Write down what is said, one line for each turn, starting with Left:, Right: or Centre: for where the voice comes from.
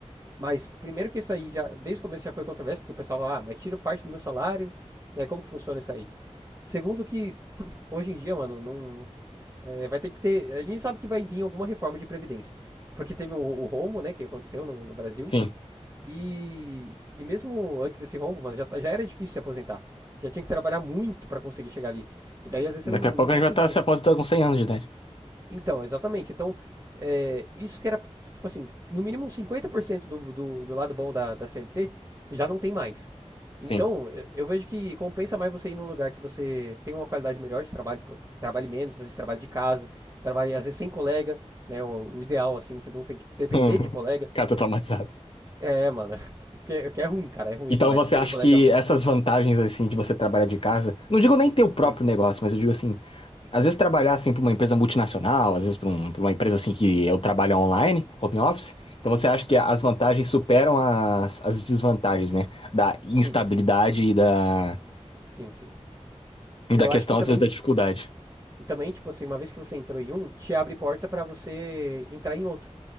Right: Mas primeiro que isso aí já, desde o começo já foi controverso, porque o pessoal fala, ah, mas tiro parte do meu salário, né? Como que funciona isso aí? Segundo que <clears throat> <laughs> hoje em dia, mano, não é, vai ter que ter, a gente sabe que vai vir alguma reforma de previdência, porque teve o, o rombo, né? Que aconteceu no, no Brasil
Left: sim.
Right: E, e mesmo antes desse rombo, mano, já, tá- já era difícil se aposentar. Já tinha que trabalhar muito pra conseguir chegar ali. E daí, às vezes, você
Left: Daqui
Right: não,
Left: a pouco
Right: não conseguia.
Left: a gente vai estar se aposentando com cem anos de idade.
Right: Então, exatamente. Então, é, isso que era, tipo assim, no mínimo uns 50% do, do, do lado bom da, da CLT, já não tem mais. Então,
Left: Sim.
Right: eu, eu vejo que compensa mais você ir num lugar que você tem uma qualidade melhor de trabalho, tipo, trabalhe menos, às vezes trabalhe de casa, trabalhe, às vezes, sem colega, né? O, o ideal, assim, você não tem que depender
Left: <laughs>
Right: de colega.
Left: Cara, tô traumatizado.
Right: É, mano. <laughs> Porque, porque é ruim, cara, é ruim
Left: Então
Right: demais.
Left: você
Right: Você tem
Left: acha
Right: um colega
Left: que
Right: ruim.
Left: essas vantagens assim de você trabalhar de casa, não digo nem ter o próprio
Right: Sim,
Left: negócio, mas eu digo assim, Às vezes trabalhar assim para uma empresa multinacional, às vezes para uma empresa assim que eu trabalho online, home office. Então você acha que as vantagens superam as, as desvantagens, né? Da instabilidade
Right: sim,
Left: e da,
Right: sim, sim.
Left: e
Right: E
Left: da
Right: eu
Left: questão,
Right: acho que também,
Left: às vezes, da dificuldade.
Right: e também, tipo assim, uma vez que você entrou em um, te abre porta pra você entrar em outro.